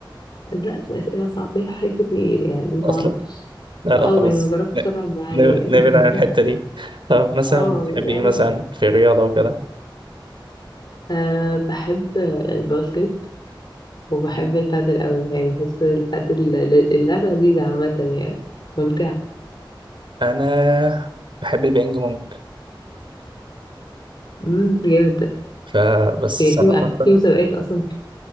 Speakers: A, on the left; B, on the right.
A: دلوقتي أسئلة صعبة الحاجات كتير يعني معرفش
B: اصلا لا لا
A: اه
B: خلاص
A: يعني مجربت
B: ن-
A: طلع معايا
B: ن-
A: يعني
B: نبعد عن الحته
A: <laughs>
B: دي <laughs> طب مثلا
A: اه
B: بتحب
A: يعني بعرف
B: ايه مثلا في الرياضه وكده؟
A: أه بحب الباسكت وبحب
B: مم.
A: البادل أوي يعني بحس البادل اللعبة لذيذة عامة يعني ممتعة
B: انا بحب البينج بونج
A: مم، جامد ده
B: فبس
A: يعني
B: صراحه
A: في في مسابقات أصلا